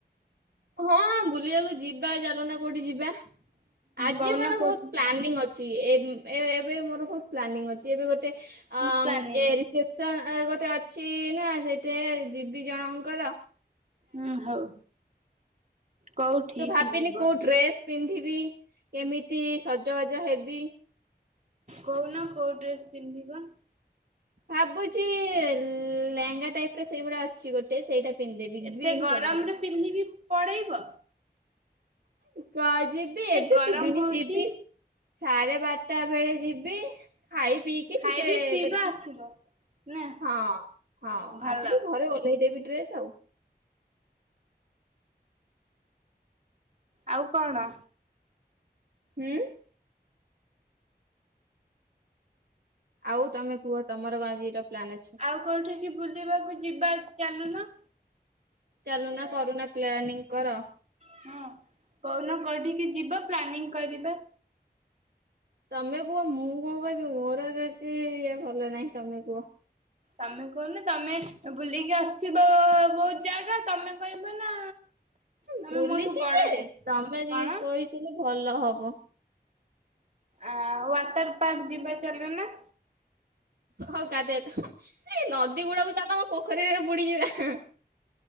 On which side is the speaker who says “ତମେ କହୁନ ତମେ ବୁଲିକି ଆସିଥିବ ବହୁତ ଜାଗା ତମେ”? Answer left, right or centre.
Right